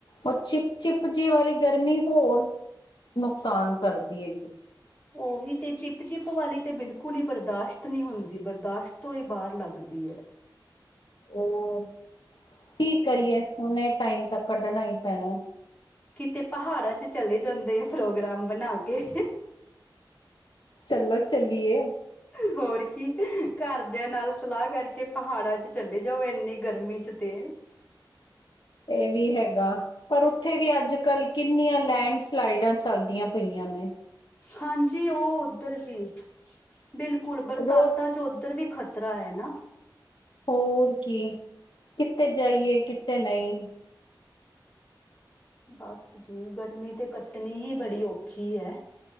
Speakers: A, on the left; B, on the left.
A: ਓ ਚਿਪ-ਚਿਪ ਜੀ ਵਾਲੀ ਗਰਮੀ ਹੋਰ ਨੁਕਸਾਨ ਕਰਦੀ ਹੈਗੀ।
B: ਓਹੀ ਤੇ ਚਿਪ-ਚਿਪ ਵਾਲੀ ਤੇ ਬਿਲਕੁਲ ਈ ਬਰਦਾਸ਼ਤ ਨੀ ਹੁੰਦੀ ਬਰਦਾਸ਼ਤ ਤੋਂ ਈ ਬਾਰ ਲੱਗਦੀ ਐ।
A: ਹੋਰ, ਕੀ ਕਰੀਏ ਹੁਨ ਐ ਟਾਈਮ ਤੇ ਕੱਢਣਾ ਈ ਪੈਣਾ।
B: ਕਿਤੇ ਪਹਾੜਾਂ 'ਚ ਚਲੇ ਜਾਂਦੇ ਆ ਪ੍ਰੋਗਰਾਮ ਬਨਾ ਕੇ।
A: ਚੱਲੋ ਚੱਲੀਏ।
B: ਹੋਰ ਕੀ ਘਰ ਦਿਆਂ ਨਾਲ ਸਲਾਹ ਕਰਕੇ ਪਹਾੜਾਂ 'ਚ ਚਲੇ ਜਾਓ ਏਨੀਂ ਗਰਮੀ 'ਚ ਤੇ।
A: ਏ ਵੀ ਹੈਗਾ। ਪਰ ਉੱਥੇ ਵੀ ਅੱਜ-ਕੱਲ ਕਿੰਨੀਆਂ ਲੈਂਡਸਲਾਈਡਾਂ ਚੱਲਦੀਆਂ ਪਈਆਂ ਨੇਂ।
B: ਹਾਂਜੀ ਓ ਓਧਰ ਵੀ ਬਿਲਕੁਲ ਬਰਸਾਤਾਂ
A: ਰੋਜ਼
B: 'ਚ ਓਧਰ ਵੀ ਖਤ ਤਰਾ ਐ ਨਾ।
A: ਹੋਰ ਕੀ, ਕਿਥੇ ਜਾਈਏ, ਕਿੱਥੇ ਨਹੀਂ।
B: ਬਸ ਜੀ, ਗਰਮੀਂ ਤੇ ਕੱਟਣੀ ਹੀ ਬੜੀ ਔਖੀ ਐ।